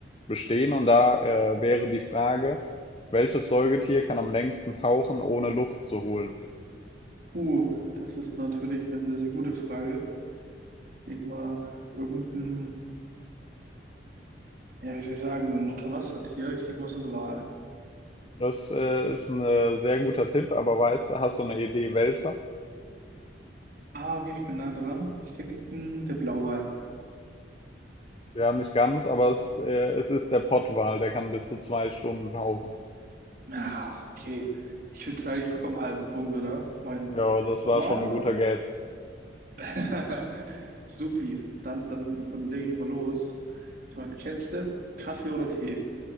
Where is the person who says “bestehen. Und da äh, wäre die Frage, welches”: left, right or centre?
Left